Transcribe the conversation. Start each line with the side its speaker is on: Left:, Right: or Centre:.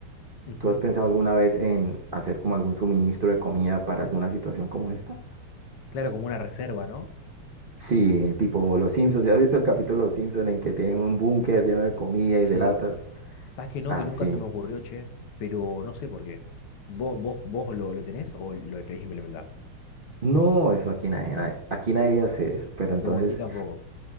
Left: Ujú.
Right: ¿Tú has pensado alguna vez en hacer como algún suministro de comida para alguna situación como esta?
Left: Claro, como una reserva, ¿no?
Right: Sí, tipo Los Simpsons. <laughs> ¿Ya has visto el capítulo de Los Simpsons en que tienen un búnker lleno de comida y
Left: Sí.
Right: de latas?
Left: ¿Sabes que no?
Right: Así.
Left: Que nunca se me ocurrió, che, pero no sé por qué. ¿Vos, vos, vos lo, lo tenés o lo querés implementar?
Right: No, eso aquí nadie, nadie- aquí nadie hace eso. Pero entonces,
Left: No, aquí tampoco.